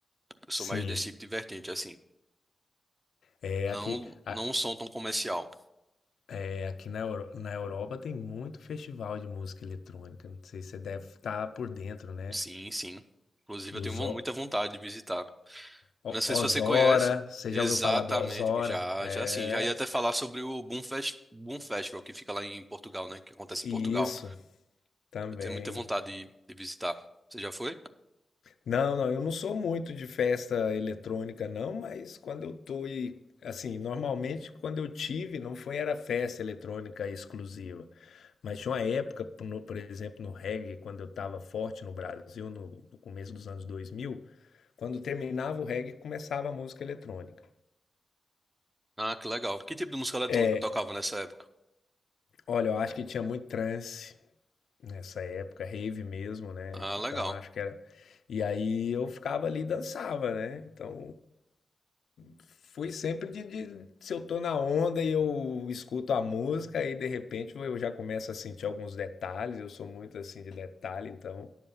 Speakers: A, on the right; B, on the left.
A: Eu
B: sim.
A: sou mais desse tipo de vertente, assim.
B: É
A: Não
B: aqui, a-
A: não um som tão comercial.
B: é aqui na, Euro- na Europa tem muito festival de música eletrônica. Não sei se você deve estar por dentro, né?
A: Sim, sim. Inclusive
B: Dos
A: eu tenho mu-
B: O-
A: muita vontade de visitar.
B: O-
A: Eu não sei se
B: Ozora.
A: você conhece.
B: Você
A: Exatamente,
B: já ouviu falar do Ozora?
A: já
B: É.
A: já sim, já ia até falar sobre o Boom Fest, Boom Festival que fica lá em Portugal, né? Que acontece
B: Isso
A: em Portugal.
B: também.
A: Eu tenho muita vontade de, de visitar. Você já foi?
B: Não, não, eu não sou muito de festa eletrônica, não, mas quando eu tô e assim, normalmente quando eu tive, não foi era festa eletrônica exclusiva, mas tinha uma época, por no- por exemplo, no reggae, quando eu estava forte no Brasil, no, no começo dos anos 2000, quando terminava o reggae, começava a música eletrônica.
A: Ah, que legal. Que tipo de música eletrônica
B: É,
A: eu tocava nessa época?
B: olha, eu acho que tinha muito trance nessa época, rave mesmo, né?
A: Ah,
B: Então
A: legal.
B: acho que era. E aí eu ficava ali e dançava, né? Então. fui sempre de, de- se eu tô na onda e eu escuto a música e de repente eu já começo a sentir alguns detalhes, eu sou muito assim de detalhe, então